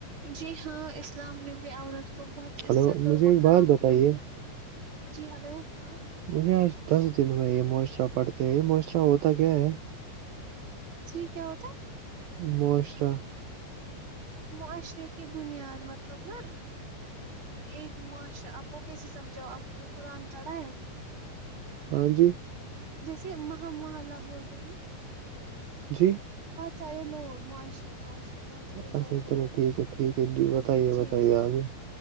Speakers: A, on the right (about 30°); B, on the right (about 75°).
A: جی ہاں اسلام نے بھی عورت کو بہت عزت
B: ہلو
A: اور
B: مجھے
A: مقام
B: ایک بات بتائیے
A: دیا ہے جی ہلو ہاں
B: مجھے آج دس دن میں یہ معاشرہ پڑھتے یہ معاشرہ ہوتا کیا ہے
A: جی کیا ہوتے
B: معاشرہ
A: معاشرے کی بنیاد مطلب نا ایک معاشرہ آپ کو کیسے سمجھاؤ آپ نے قرآن پڑھا ہے
B: ہاں جی
A: جیسے محم مح اللہ بولتے ہیں نا
B: جی
A: سےاہے لوگ معاشرے معاشرے بہت سارے
B: اچھا
A: لوگ ہوتے
B: چلو
A: ہیں نا
B: ٹھیک ہے ٹھیک ہے بتائیے
A: جی
B: بتائیے
A: جی
B: آگے